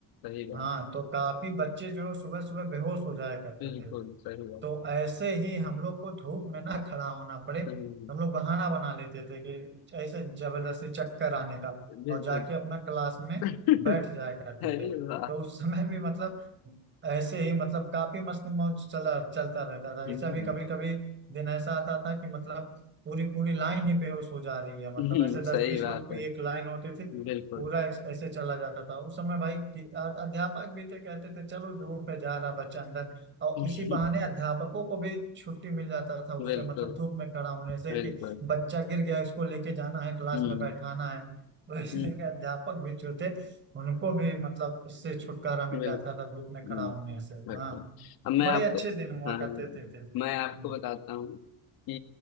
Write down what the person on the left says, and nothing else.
सही
बात
बिल्कुल
सही बात
है।
हम्म
<laughs> बिल्कुल
<laughs>
अरे
वाह
हम्म,
हम्म,
सही
बात
है
बिल्कुल
<laughs>
बिल्कुल
बिल्कुल
हम्म
हम्म,
बिल्कुल
हम्म,
बिल्कुल
अब मैं
आपको
हाँ
मैं आपको बताता हूँ कि